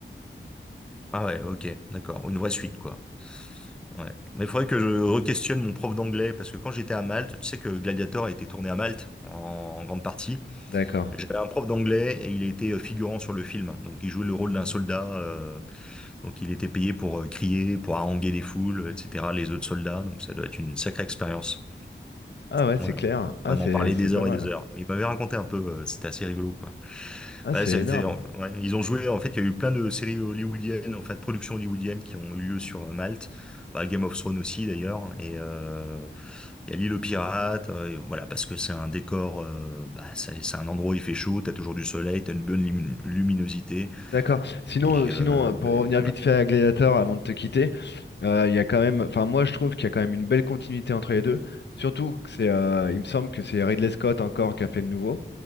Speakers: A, in the centre; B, on the left (about 60°).
A: Ah ouais, ok, d'accord. Une vraie suite, quoi. Ouais. Mais il faudrait que je re-questionne mon prof d'anglais, parce que quand j'étais à Malte, tu sais que Gladiator a été tourné à Malte, en, en grande partie.
B: D'accord.
A: J'avais un prof d'anglais et il était figurant sur le film. Donc il jouait le rôle d'un soldat. euh, Donc il était payé pour euh, crier, pour haranguer les foules, etc., les autres soldats. Donc ça doit être une sacrée expérience.
B: Ah ouais, c'est
A: Voilà.
B: clair. Ah,
A: Vraiment
B: c'est
A: parler
B: c'est
A: des
B: pas
A: heures
B: mal.
A: et des heures. Il m'avait raconté un peu, euh, c'était assez rigolo, quoi.
B: Ah,
A: Bah,
B: c'est
A: c'était,
B: énorme.
A: ouais, ils ont joué, en fait, il y a eu plein de séries hollywoodiennes, en fait, productions hollywoodiennes qui ont eu lieu sur euh, Malte. Bah, Game of Thrones aussi, d'ailleurs. Et euh, il y a l'île aux pirates, euh, et voilà, parce que c'est un décor, euh, bah, c'est c'est un endroit où il fait chaud, t'as toujours du soleil, t'as une bonne lumi- luminosité.
B: D'accord. Sinon,
A: Et,
B: euh,
A: euh,
B: sinon, euh, pour revenir
A: et voilà.
B: vite fait à Gladiator avant de te quitter, euh, il y a quand même, enfin moi je trouve qu'il y a quand même une belle continuité entre les deux. Surtout que c'est, euh, il me semble que c'est Ridley Scott encore qui a fait le nouveau.